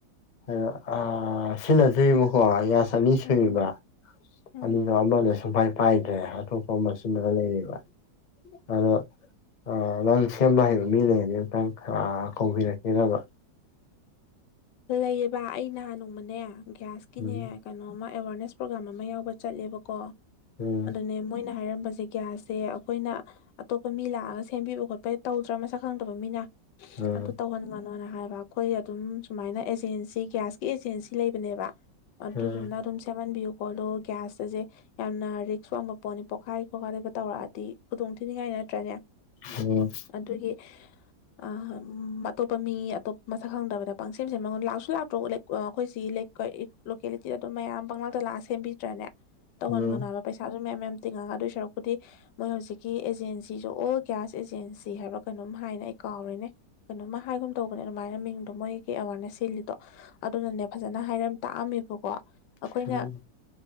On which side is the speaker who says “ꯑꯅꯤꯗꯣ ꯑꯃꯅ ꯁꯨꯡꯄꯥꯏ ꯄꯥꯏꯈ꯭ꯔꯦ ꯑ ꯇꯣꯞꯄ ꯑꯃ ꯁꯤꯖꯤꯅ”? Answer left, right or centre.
Left